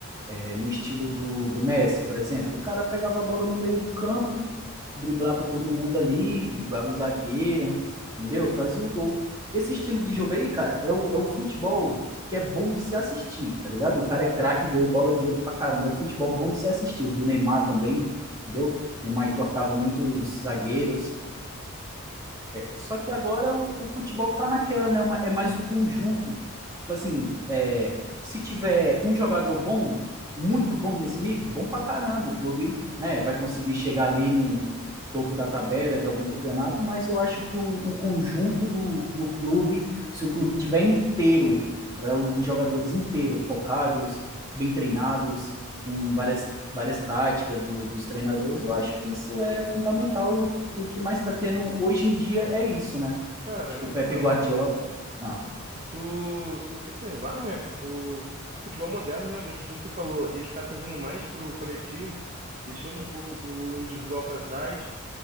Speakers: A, on the right (about 15°); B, on the right (about 35°).
A: é, no estilo do, do Messi, por exemplo. O cara pegava a bola no meio do campo, driblava todo mundo ali, driblava o zagueiro, entendeu? Fazia o gol. Esse estilo de jogo aí, cara, é o, é o futebol que é bom de se assistir, tá ligado? O cara é craque, ganhou bola de ouro pra caramba. É o futebol bom de se assistir. O do Neymar também, entendeu? O Neymar entortava muitos zagueiros, só que agora o, o futebol tá naquela, né? Uma- é mais o conjunto. Tipo assim, é, se tiver um jogador bom, muito bom nesse nível, bom pra caramba, o clube, né, vai conseguir chegar ali no topo da tabela de algum campeonato, mas eu acho que o, o conjunto do, do clube, se o clube tiver inteiro, né, os jogadores inteiros, focados, bem treinados, com várias, várias táticas do- dos treinadores, eu acho que isso é fundamental e o e o que mais está tendo hoje em dia é isso, né?
B: Cara,
A: Tipo,
B: então,
A: o Pepe Guardiola. Ah,
B: se tu, se tu observar, né, o futebol moderno realmente, como você falou, ele tá trazendo mais pro coletivo, deixando um pouco o individual para trás,